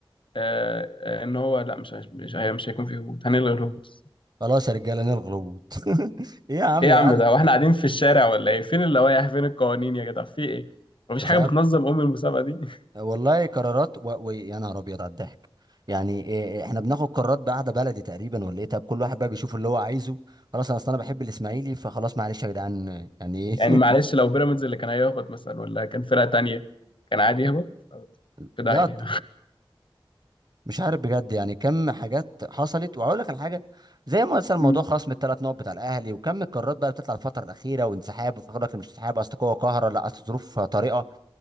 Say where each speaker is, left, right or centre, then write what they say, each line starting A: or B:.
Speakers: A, on the left; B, on the right.
A: آه، آه، إن هو لا مش هيش- مش هي- مش هيكون في هبوط هنلغي الهبوط.
B: خلاص يا رجاله نلغي الهبوط <laughs> إيه يا عم
A: إيه
B: يا
A: يا عم
B: قعدة
A: ده؟ وإحنا قاعدين في الشارع ولا إيه؟ فين اللوائح؟ فين القوانين يا جدع؟ في إيه؟ مفيش
B: مش
A: حاجة
B: عارف
A: بتنظم أم المسابقة دي؟ <laughs>
B: والله قرارات و... و... يا نهار ابيض على الضحك يعني إيه إيه، احنا بناخد قرارات بقعده بلدي تقريبا ولا ايه طب كل واحد بقى بيشوف اللي هو عايزه خلاص انا اصل انا بحب الاسماعيلي فخلاص معلش يا جدعان يعني ايه
A: يعني معلش لو بيراميدز اللي كان هيهبط مثلا ولا كان فرقة تانية كان عادي يهبط؟
B: <laughs>
A: في داهية.
B: لا ط- مش عارف بجد يعني كم حاجات حصلت وهقول لك على حاجه زي ما مثلا
A: <laughs>
B: موضوع خصم الثلاث نقط بتاع الاهلي وكم القرارات بقى بتطلع الفتره الاخيره وانسحاب وفاكر لك مش انسحاب اصل قوه قاهره لا اصل ظروف طارئه